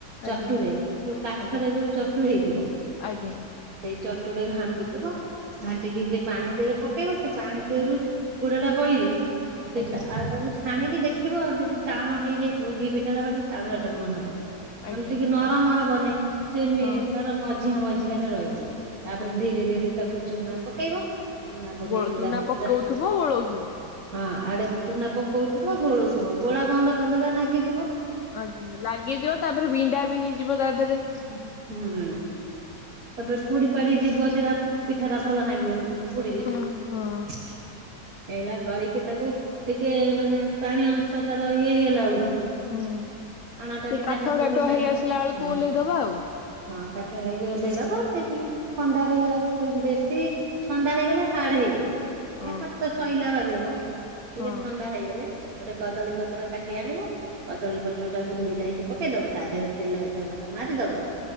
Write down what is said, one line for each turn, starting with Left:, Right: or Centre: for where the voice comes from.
Right: ଚଟୁରେ
Left: ଆଜ୍ଞା
Right: ଯୋଉ କାଠରେ
Left: ଆଜ୍ଞା
Right: ଯୋଉ ଚଟୁ ହେଇଥିବ।
Left: ଆଜ୍ଞା
Right: ସେଇ ଚଟୁରେ ଘାଣ୍ଟୁଥିବ। ଘାଣ୍ଟିକି ସେ ପାଣି ଦେରେ ପକେଇବ ସେ ପାଣି ଦେହରୁ ଗୁଡ ଟା ପଇଲେ ସେ
Left: ଆଜ୍ଞା
Right: ଆତାକୁ ଛାଣିକି ଦେଖିବ ଯଦି ଟାଣ ହେଇ ଯେଇଥିବ ଘି ପିଠା ଆବା ଟାଣୁଆ ଟାଣୁଆ ହବ ନହେଲେ
Left: ଆଜ୍ଞା
Right: ଟିକେ ନରମ ହବ ନାଇଁ। ସେ ମେ
Left: ହଁ
Right: ତାର ମଝିଆ ମଝିଆ ରେ ରହିବ ତାପରେ
Left: ଆଜ୍ଞା
Right: ଧୀରେ ଧୀରେ ତାକୁ ଚୁନା ପକେଇବ ଚୁନା ପକେଇକି
Left: ଗୋ ଚୁନା
Right: ତାକୁ
Left: ପକଉଥିବ
Right: ପୁରା
Left: ଗୋଳଉଥିବ।
Right: ହଁ ଆଡେ ଚୁନା ପକଉଥିବ ଗୋଳଉଥବ ଗୋଳା ବନ୍ଦ କରିଦେଲେ ଲାଗିଯିବ।
Left: ଆ ଲାଗିଯିବ ତାପରେ ବିଣ୍ଡା ବି ହେଇଯିବ ତା ଦେହରେ।
Right: ହୁଁ ହୁଁ, ତାପରେ ପୋଡି ପାଡି ଯିବ ସେଇଟା ପିଠା ଟା ଭଲ ଲାଗିବନି। ପୁଡ଼ିଲେ
Left: ହଁ ହଁ
Right: ଏଇଭଳିଆ କରିକି ତାକୁ ଟିକେ ମାନେ ପାଣି ଅଂଶ ତାର ଇଏ ହେଇଗଲା ବେଳକୁ
Left: ହୁଁ,
Right: ଆଣ ଟା
Left: ଏ
Right: ଟିକେ
Left: କାଠୁଆ
Right: ହାତକୁ
Left: କାଠୁଆ
Right: ନା
Left: ହେଇ ଆସିଲା ବେଳକୁ
Right: ହଁ
Left: ଓହ୍ଲେଇଦବା ଆଉ।
Right: ହଁ କାଠୁଆ ହେଇକି ଓହ୍ଲେଇଦବା ସେ ଟିକେ ଥଣ୍ଡା ହେଇ ଆସ ବେଶୀ ଥଣ୍ଡା ହେଇଗଲେ ହାର୍ଡ ହେଇଯିବ।
Left: ହଁ
Right: ଏ ହାତ ସଇଲା ବାଗେ ମ ଟିକେ
Left: ହଁ।
Right: ଥଣ୍ଡା ହେଇଗଲେ। ଗୋଟେ କଦଳୀ ପତ୍ର କାଟି ଆଣିବ କଦଳୀ ପତ୍ର ଟାକୁ ଧୋଇ ଧାଇକି ପକେଇଦବ ତା ଦେହରେ ତେଲ ଏତେ ତମେ ମାରିଦବ।